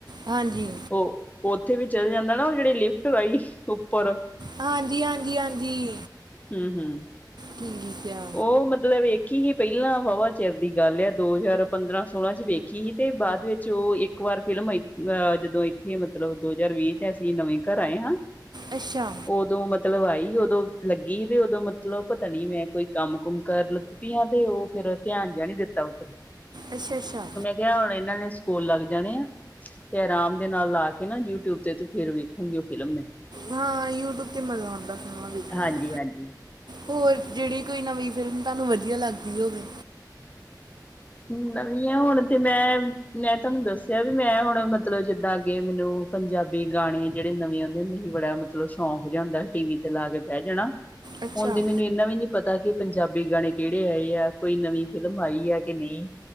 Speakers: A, on the right (about 65°); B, on the left (about 20°).
A: ਹਾਂਜੀ
B: ਉਹ, ਉੱਥੇ ਵੀ ਚਲੇ ਜਾਂਦਾ ਨਾ ਉਹ ਜਿਹੜੀ ਲਿਫਟ ਆਾਈ ਉੱਪਰ।
A: ਹਾਂਜੀ ਹਾਂਜੀ ਹਾਂਜੀ।
B: ਹੂੰ-ਹੂੰ।
A: ਕੀ ਰੀਤ ਆ।
B: ਉਹ ਮਤਲਬ ਵੇਖੀ ਹੀ ਪਹਿਲਾਂ ਵਾਵਾ ਚਿਰ ਦੀ ਗੱਲ ਆ ਦੋ ਹਜ਼ਾਰ ਪੰਦਰਾਂ ਸੋਲਾਂ 'ਚ ਵੇ- ਖੀ ਸੀ ਤੇ ਬਾਅਦ ਵਿੱਚ ਉਹ ਇੱਕ ਵਾਰ ਫਿਲਮ ਅਹ ਜਦੋਂ ਇੱਥੇ ਮਤਲਬ ਦੋ ਹਜ਼ਾਰ ਵੀਹ ਚ- ਅਸੀਂ ਨਵੇਂ ਘਰ ਆਏ ਹਾਂ।
A: ਅੱਛਾ
B: ਉਦੋਂ ਮਤਲਬ ਆਈ ਉਦੋਂ ਲੱਗੀ ਸੀ ਤੇ ਉਦੋਂ ਮਤਲਬ ਪਤਾ ਨੀ ਮੈਂ ਕੋਈ ਕੰਮ-ਕੁਮ ਕਰਨ ਲੱਗ ਪੀ ਆ ਤੇ ਓਹ ਫੇਰ ਧਿਆਨ ਜਾ ਨੀ ਦਿੱਤਾ ਓਧਰ।
A: ਅੱਛਾ-ਅੱਛਾ।
B: ਕੇਆ ਹੁਣ ਇਨਾਂ ਨੇ ਸਕੂਲ ਲੱਗ ਜਾਣੇ ਆ। ਤੇ ਅਰਾਮ ਦੇ ਨਾਲ ਲਾ ਕੇ ਨਾ ਯੂਟਿਊਬ ਤੇ ਤੇ ਫੇਰ ਵੇਖੂਗੀ ਓਹ ਫਿਲਮ ਮੈਂ।
A: ਹਾਂ ਯੂਟਿਊਬ ਤੇ ਮਜ਼ਾ ਆਉਂਦਾ ਫਿਲਮਾ ਵੇਖਣ
B: ਹਾਂਜੀ-ਹਾਂਜੀ।
A: ਦਾ। ਹੋਰ ਜਿਹੜੀ ਕੋਈ ਨਵੀਂ ਫਿਲਮ ਤਾਨੂੰ ਵਧੀਆ ਲੱਗਦੀ ਹੋਵੇ।
B: ਨਵੀਂਆ ਹੁਣ ਤੇ ਮੈਂ, ਮੈਂ ਤਾਨੂੰ ਦੱਸਿਆ ਬੀ ਮੈਂ ਹੁਣ ਮਤਲਬ ਜਿੱਦਾਂ ਅੱਗੇ ਮੈਨੂੰ ਪੰਜਾਬੀ ਗਾਣੇ ਜੇੜੇ ਨਵੇਂ ਆ ਦੇ ਨਹੀਂ ਵੜਾ ਮਤਲਬ ਸ਼ੌਕ ਜਾ ਹੂੰਦੈ ਟੀ ਵੀ ਤੇ ਲਾ ਕੇ ਬਹਿ ਜਾਣਾ।
A: ਅੱਛਾ
B: ਹੁਣ ਤੇ ਮੈਨੂੰ ਇਨਾ ਵੀ ਨੀ ਪਤਾ ਕਿ ਪੰਜਾਬੀ ਗਾਣੇ ਕਿਹੜੇ ਆਏ ਐ ਕੋਈ ਨਵੀਂ ਫਿਲਮ ਆਈ ਐ। ਕਿ ਨੀ।